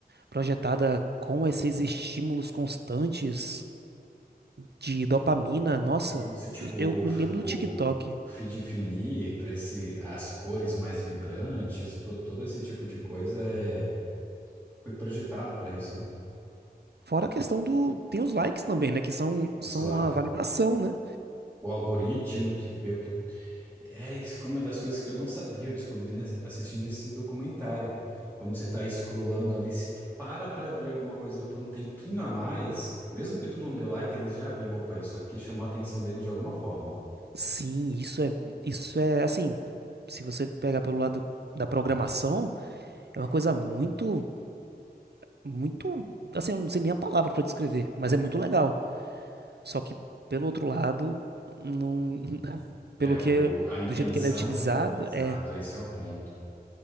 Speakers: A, on the right; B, on the right.
A: projetada com esses estímulos constantes de dopamina, nossa,
B: E Isso, tipo,
A: eu
B: o,
A: eu me
B: f-
A: lembro
B: o,
A: do TikTok.
B: o feed infinito, esse, as cores mais vibrantes, to- todo esse tipo de coisa é, foi projetado para isso, né?
A: Fora a questão do. Tem os likes também, né? Que são,
B: Os
A: são
B: lá,
A: a validação, né?
B: o algoritmo que vê o que É, isso foi uma das coisas que eu não sabia, eu descobri, né, assistindo esse documentário. Quando você tá scrollando ali, se tu para pra ver alguma coisa por um tempinho a mais, mesmo que tu não deu like, eles já veem, opa, isso aqui chamou a atenção dele de alguma forma.
A: Sim, isso é. Isso é assim. Se você pegar pelo lado da programação, é uma coisa muito. Muito. Assim, eu não sei nem a palavra pra descrever, mas é muito legal. Só que, pelo outro lado, não. <laughs>
B: É,
A: Pelo
B: o,
A: que.
B: o- a intenção,
A: Do jeito que ele é utilizado,
B: pelo- exato,
A: é.
B: esse é o ponto.